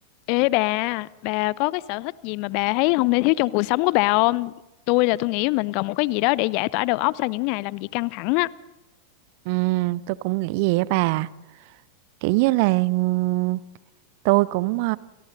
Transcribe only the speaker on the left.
Ê bà, bà có cái sở thích gì mà bà thấy không thể thiếu trong cuộc sống của bà không? Tôi là tôi nghĩ mình cần một cái gì đó để giải tỏa đầu óc sau những ngày làm việc căng thẳng á.